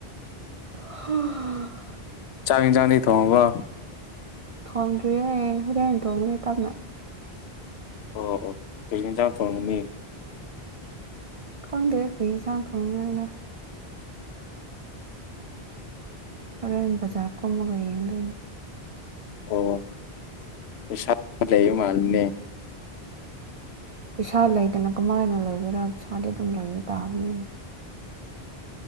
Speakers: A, on the right; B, on the left.
A: ꯎꯝ
B: ꯆꯥ ꯆꯥꯡꯅꯤ ꯊ ꯋꯥ
A: ꯊꯣꯡꯗ꯭ꯔꯤ ꯍꯣꯔꯅ ꯊꯣꯡꯕꯅꯦ ꯇꯕꯅ
B: ꯑꯣ ꯑꯣ ꯇꯅ ꯆ ꯇ ꯃꯤ
A: ꯈꯪꯗꯦ ꯀꯔꯤ ꯌꯦꯟꯁꯥꯡ ꯐꯣꯡꯅꯅꯣ ꯍꯣꯔꯦꯟ ꯕꯖꯥꯔ ꯀꯣꯝꯃꯒ ꯌꯦꯡꯗꯣꯏꯅꯦ
B: ꯑꯣ ꯄꯁ ꯂꯩ ꯃꯥꯜꯅꯦ
A: ꯄꯩꯁꯥ ꯂꯩꯗꯅ ꯀꯃꯥꯏꯅ ꯂꯩꯒꯣꯏꯔꯥ ꯄꯩꯁꯥꯗꯤ ꯑꯗꯨꯝ ꯂꯩꯕ ꯇꯥꯕꯅꯤꯅ